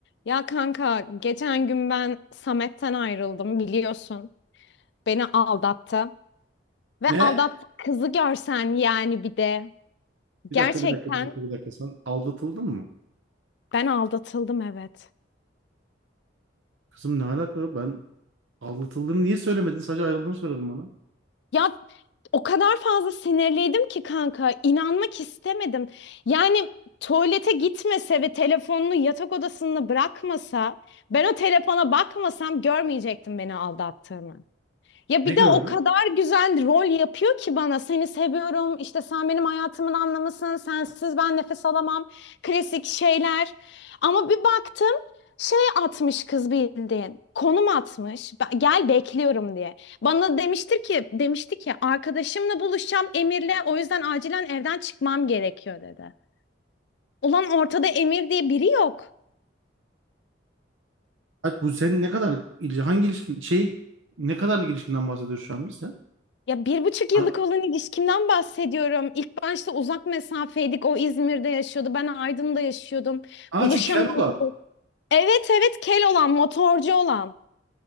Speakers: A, on the left (about 65°); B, on the right (about 85°).
A: Ya kanka geçen gün ben Samet'ten ayrıldım biliyorsun. Beni aldattı. Ve
B: Ne?
A: aldattı kızı görsen yani bir de.
B: Bir
A: Gerçekten
B: dakika, bir dakika, bir dakika, bir dakika. Sen aldatıldın mı?
A: ben aldatıldım evet.
B: Kızım ne alaka? Ben aldatıldığını niye söylemedin? Sadece ayrıldığını söyledin bana.
A: Ya o kadar fazla sinirliydim ki kanka inanmak istemedim. Yani tuvalete gitmese ve telefonunu yatak odasında bırakmasa ben o telefona bakmasam görmeyecektim beni aldattığını. Ya
B: Ne
A: bir
B: gördün?
A: de o kadar güzel rol yapıyor ki bana. Seni seviyorum, işte sen benim hayatımın anlamısın, sensiz ben nefes alamam. Klasik şeyler. Ama bir baktım şey atmış kız bildiğin. Konum atmış. "Ben- Gel bekliyorum diye. Bana demiştir ki, demişti ki arkadaşımla buluşacağım Emir'le o yüzden acilen evden çıkmam gerekiyor dedi. Ulan ortada Emir diye biri yok.
B: Hadi bu senin ne kadar ilişki, hangi ilişkin, şey, ne kadarlık ilişkinden bahsediyoruz şu an biz sen?
A: Ya bir buçuk yıllık
B: Ha,
A: olan ilişkimden bahsediyorum. İlk başta uzak mesafeydik. O İzmir'de yaşıyordu. Ben Aydın'da yaşıyordum.
B: ha
A: Buluşamamıştık.
B: şu kel olan.
A: Evet evet kel olan, motorcu olan.